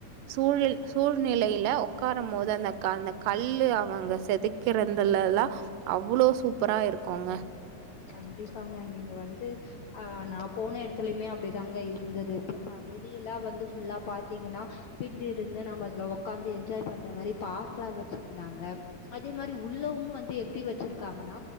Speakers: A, on the right; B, on the left.
A: சூ சூழ்நிலையில உக்கார மொது அந்த க அந்த கல்லு அவங்க செதுக்கிறிதுலல்லா அவ்ளோ சூப்ரா இருக்கோங்க
B: கண்டிப்பாங்க நீங்க வந்து ஆஹ் நா போன இடத்துலயுமே அப்டிதாங்க இருந்தது இப்போ ப வெளியலா வந்து ஃபுல்லா பாத்தீங்னா பில்லு இருந்து நாம அதுல உக்காந்து என்ஜாய் பண்றாமாரி பார்க்லா வச்சிருந்தாங்க அதே மாரி உள்ளவவோ வந்து எப்படி வெச்சிருக்காங்கனா